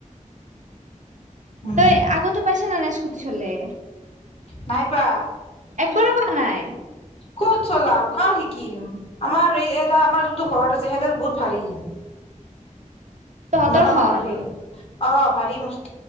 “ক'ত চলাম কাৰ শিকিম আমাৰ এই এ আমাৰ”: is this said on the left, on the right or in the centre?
Left